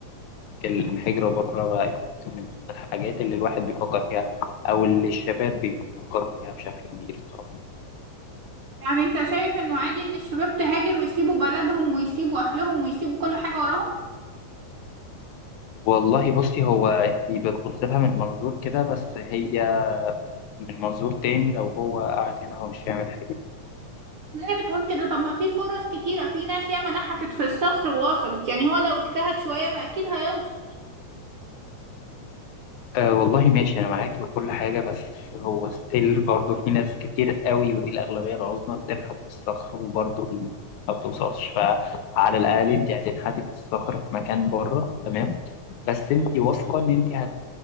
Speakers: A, on the left; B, on the right.
A: الانحجر بره بقت من الحاجات اللي الواحد بيفكر فيها او اللي الشباب بيفكروا فيها بشكل كبير الصراحة
B: يعني انت شايف انه عادي ان الشباب تهاجر ويسيبوا بلدهم ويسيبوا اهلهم ويسيبوا كل حاجة وراهم
A: والله بصي هو انت بتبص لها من منظور كده بس هي من منظور تاني لو هو قاعد هنا هو مش هيعمل حاجة
B: ليه بتقول كده طب ما في فرص كتيرة في ناس ياما نحتت في الصخر ووصلت يعني هو لو اجتهد شوية ما اكيد هيوصل
A: أه والله ماشي أنا معاكي وكل حاجة بس هو ستيل برضه في ناس كتير قوي ودي الأغلبية العظمى بتنحت في الصخر وبرضه دي ما بتوصلش فعلى الأقل أنت هتنحتي في الصخر في مكان بره تمام بس أنت واثقة إن أنت هت...